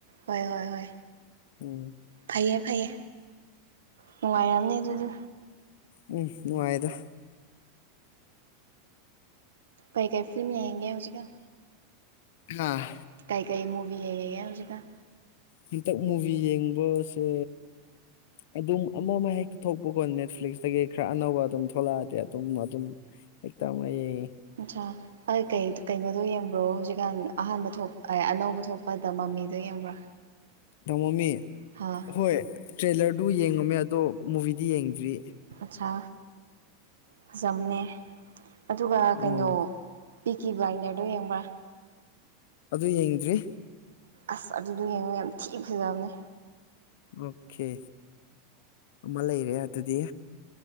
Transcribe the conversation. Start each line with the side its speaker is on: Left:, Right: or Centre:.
Right: ꯍꯣꯏ ꯍꯣꯏ ꯍꯣꯏ
Left: ꯎꯝ
Right: ꯐꯩꯌꯦ ꯐꯩꯌꯦ ꯅꯨꯡꯉꯥꯏꯔꯝꯅꯤ ꯑꯗꯨꯗꯤ
Left: ꯎꯝ ꯅꯨꯡꯉꯥꯏꯗ
Right: ꯀꯩ ꯀꯩ ꯐ꯭ꯂꯤꯝ ꯌꯦꯡꯒꯦ ꯍꯧꯖꯤꯛꯀꯥꯟ
Left: ꯍꯥꯥ
Right: ꯀꯩ ꯀꯩ ꯃꯨꯕꯤ ꯌꯦꯉꯤꯒꯦ ꯍꯧꯖꯤꯛꯀꯥꯟ
Left: ꯍꯟꯇꯛ ꯃꯨꯚꯤ ꯌꯦꯡꯕꯁꯦ ꯑꯗꯨꯝ ꯑꯃ ꯑꯃ ꯍꯦꯛꯇ ꯊꯣꯛꯄꯀꯣ ꯅꯦꯠꯐ꯭ꯂꯤꯛꯁꯇꯒꯤ ꯈ꯭ꯔ ꯑꯅꯧꯕ ꯑꯗꯨꯝ ꯊꯣꯛꯂꯛꯑꯗꯤ ꯑꯗꯨꯝ ꯑꯗꯨꯝ ꯍꯦꯛꯇ ꯑꯃ ꯌꯦꯡꯉꯦ
Right: ꯑꯠꯆꯥ ꯍ ꯣꯢ ꯀꯩ ꯀꯩꯅꯣꯗꯨ ꯌꯦꯡꯕ꯭ꯔꯣ ꯍꯧꯖꯤꯛꯀꯥꯟ ꯑꯍꯥꯟꯕ ꯊꯣꯛ ꯑꯅꯧꯕ ꯊꯣꯛꯄ ꯗꯥꯃꯃꯤꯗꯣ ꯌꯦꯡꯕ꯭ꯔꯣ
Left: ꯗꯥꯃꯃꯤ
Right: ꯍꯥꯥ
Left: ꯍꯣꯏ ꯇ꯭ꯔꯦꯂꯔꯗꯨ ꯌꯦꯡꯉꯝꯃꯦ ꯑꯗꯣ ꯃꯨꯚꯤꯗꯤ ꯌꯦꯡꯗ꯭ꯔꯤ
Right: ꯑꯠꯆꯥ ꯐꯖꯝꯅꯦ ꯑꯗꯨꯒ
Left: ꯎꯝ
Right: ꯀꯩꯅꯣ ꯄꯤꯀꯤ ꯕꯥꯏꯅꯔꯗꯣ ꯌꯦꯡꯕ꯭ꯔꯥ
Left: ꯑꯗꯨ ꯌꯦꯡꯗ꯭ꯔꯤ
Right: ꯑꯁ ꯑꯗꯨꯗꯣ ꯌꯦꯡꯉꯣ ꯌꯥꯝ ꯊꯤ ꯐꯖꯕꯅꯦ
Left: ꯑꯣꯈꯦ ꯑꯃ ꯂꯩꯔꯦ ꯑꯗꯨꯗꯤ